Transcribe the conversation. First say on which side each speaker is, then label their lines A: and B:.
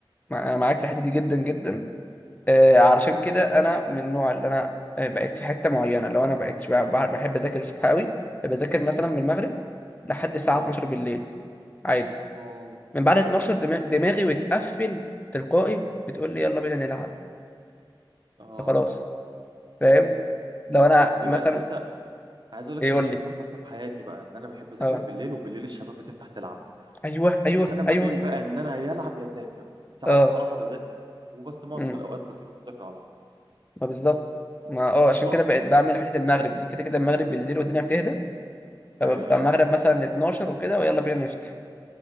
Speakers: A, on the left; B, on the right.
A: مع- انا معاك في الحته دي جدا جدا آه، علشان كده انا من النوع اللي انا آه، بقيت في حته معينه لو انا بقيت بقى- بحب اذاكر الصبح قوي فبذاكر مثلا
B: مم.
A: من المغرب لحد الساعه
B: اه
A: 12 بالليل عادي
B: اه
A: من بعد
B: ايوه
A: 12
B: ايوه
A: دما-
B: ايوه
A: دماغي بتقفل تلقائي بتقول لي يلا بينا نلعب
B: اه
A: فخلاص فاهم لو انا
B: ما انا دي
A: مثلا
B: بقى الحته عايز اقول لك
A: يقول
B: ان دي الحته
A: لي
B: الفاصله في حياتي بقى ان انا بحب اذاكر
A: اه
B: بالليل وبالليل الشباب بتفتح تلعب
A: ايوه ايوه
B: فانا ما
A: ايوه
B: بين بقى ان انا يا العب يا اذاكر ساعات
A: اه
B: صراحه بذاكر وبس معظم
A: امم
B: الاوقات بسيب المذاكره والعب
A: ما بالظبط ما اه
B: <laughs>
A: عشان كده بقيت
B: اه
A: بعمل حته المغرب دي كده كده المغرب بالليل والدنيا بتهدى فببقى
B: ايوه ايوه
A: المغرب مثلا 12 وكده ويلا بينا نفتح